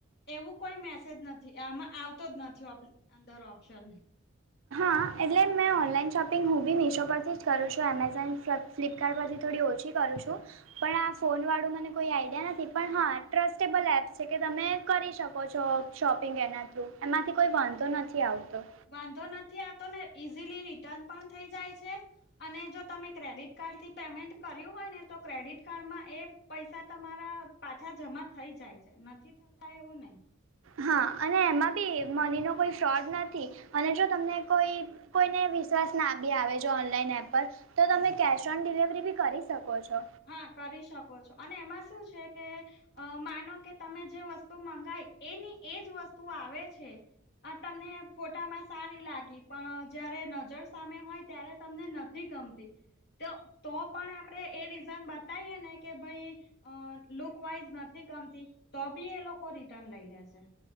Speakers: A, on the left (about 55°); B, on the right (about 75°).
A: એવું કોઈ મેસેજ નથી આમાં આવતો જ નથી અંદર ઓપ્શન.
B: હા એટલે મેં ઓનલાઈન શોપિંગ હું બી મિશો પરથી જ કરું છું એમેઝોન ફ્લિપ તાર પછી થોડી ઓછી કરું છું. પણ આ ફોન વાળું મને કોઈ આઈડિયા નથી પણ હા ટ્રસ્ટેબલ એપ છે કે તમે કરી શકો છો. શોપિંગ એના થ્રુ એમાંથી કોઈ વાંધો નથી આવતો
A: વાંધો નથી આવતો ને ઈઝીલી રિટર્ન પણ થઈ જાય છે અને જો તમે ક્રેડિટ કાર્ડ થી પેમેન્ટ કર્યું હોય ને તો ક્રેડિટ કાર્ડમાં એ પૈસા તમારા પાછા જમા થઈ જાય છે નથી થતા એવું નહી.
B: હા અને એમાં બી મની નો કોઈ ફ્રોડ નથી અને જો તમને કોઈ કોઈને વિશ્વાસ ના બી આવે જો ઓનલાઈન એપ પર તો તમે કેશ ઓન ડિલિવરી બી કરી શકો છો
A: હા કરી શકો છો અને એમાં શું છે કે અ માનો કે તમે જે વસ્તુ મંગાય એની એજ વસ્તુ આવે છે આ તમે ફોટામાં સારી લાગી પણ જયારે નજર સામે હોય ત્યારે તમને ન ગમતી તો તો પણ આપણેે એ રીઝન બતાવીએ ને કે ભાઈ અ લુક વાઈઝ નથી ગમતી તો બી એ લોકો રિટર્ન લઈ લે છે